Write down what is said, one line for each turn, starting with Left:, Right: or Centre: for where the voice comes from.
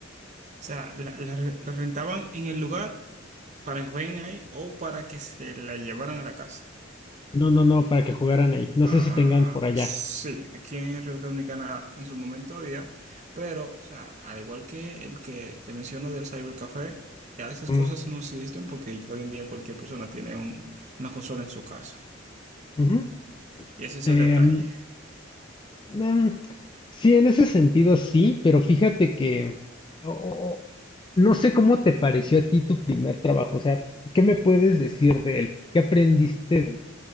Right: O sea, la, la re- la rentaban en el lugar para que jueguen ahí o para que se la llevaran a la casa.
Left: No, no, no, para que jugaran ahí. No
Right: Ah,
Left: sé si tengan por allá.
Right: sí, aquí en República Dominicana en su momento había, pero, o sea, al igual que el que te menciono del cybercafé, ya esas
Left: Mm,
Right: cosas no existen porque hoy en día cualquier persona tiene un- una consola en su casa.
Left: Ujú.
Right: Y ese es
Left: Em,
Right: el detalle.
Left: em, sí, en ese sentido sí, pero fíjate que o- o- o, no sé cómo te pareció a ti tu primer trabajo, o sea, ¿qué me puedes decir de él? ¿Qué aprendiste